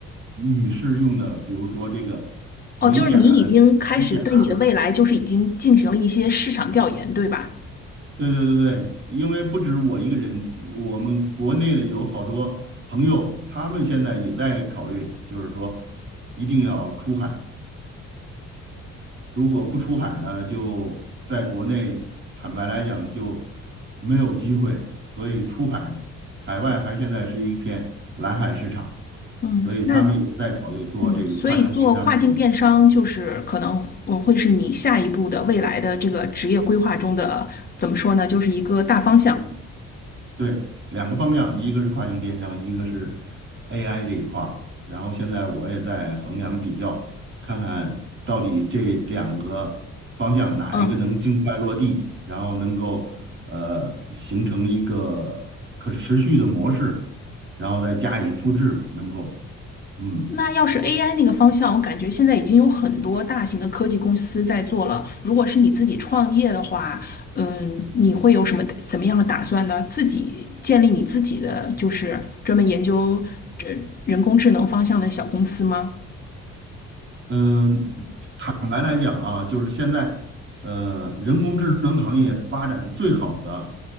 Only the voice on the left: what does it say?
哦，就是你已经开始对你的未来就是已经进行了一些市场调研，对吧？
嗯，
那嗯，所以做跨境电商就是可能嗯会是你下一步的未来的这个职业规划中的怎么说呢，就是一个大方向。
嗯，
那要是 AI 那个方向，我感觉现在已经有很多大型的科技公司在做了。如果是你自己创业的话，嗯，你会有什么怎么样的打算呢？自己建立你自己的就是专门研究这人工智能方向的小公司吗？